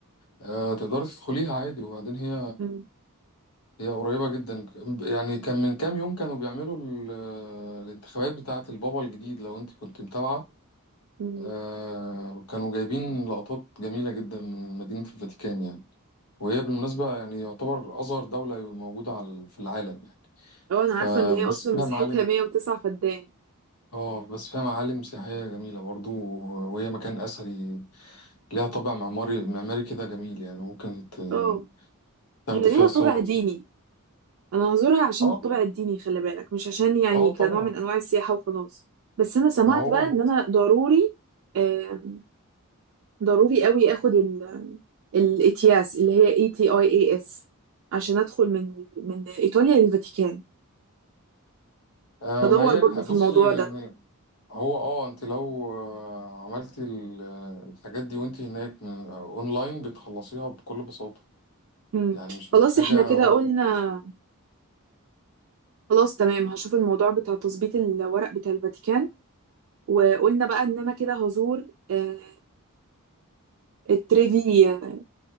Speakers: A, on the left (about 80°); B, on the right (about 60°).
A: آه تقدري تدخليها عادي وبعدين هي
B: مم.
A: هي قريبة جدا يعني كان من كام يوم كانوا بيعملوا ال... الانتخابات بتاعة البابا الجديد لو انت كنت متابعة
B: مم.
A: آه كانوا جايبين لقطات جميلة جدا من مدينة الفاتيكان يعني وهي بالمناسبة يعني يعتبر أصغر دولة موجودة على في العالم يعني
B: اه انا
A: فبس
B: عارفه ان هي اصلا
A: فيها
B: مساحتها
A: معالم
B: 109 فدان
A: اه بس فيها معالم سياحية جميلة برضو وهي مكان أثري ليها طابع معماري معماري كده جميل يعني ممكن ت-
B: اه
A: تاخدي
B: هي ليها
A: فيها صور
B: طابع ديني انا هزورها عشان
A: اه
B: الطابع الديني خلي بالك مش عشان يعني
A: اه
B: كنوع
A: طبعا
B: من انواع السياحه وخلاص بس انا سمعت
A: ما هو
B: بقى ان انا ضروري آه ضروري قوي اخد ال- الاتياس اللي هي اي تي اي اي اس عشان ادخل من من ايطاليا للفاتيكان
A: آه
B: هدور
A: ما هي
B: برضو
A: الح- بصي
B: في الموضوع ده
A: يعني هو اه انت لو آه، عملتي ال- الحاجات دي وانت هناك من- اونلاين بتخلصيها بكل بساطة
B: مم.
A: يعني مش
B: خلاص
A: محتاجة
B: احنا كده
A: وقت
B: قلنا
A: كتير.
B: خلاص تمام هشوف الموضوع بتاع تظبيط الورق بتاع الفاتيكان وقلنا بقى ان انا كده هزور آه التريفي آه،